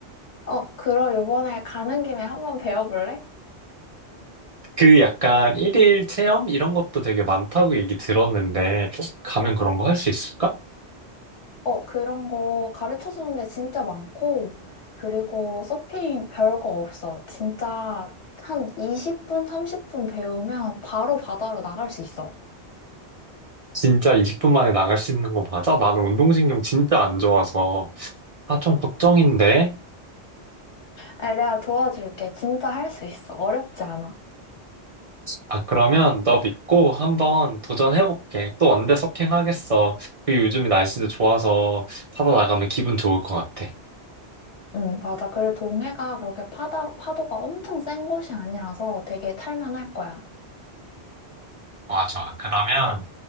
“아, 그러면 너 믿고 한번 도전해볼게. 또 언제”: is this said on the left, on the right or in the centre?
Right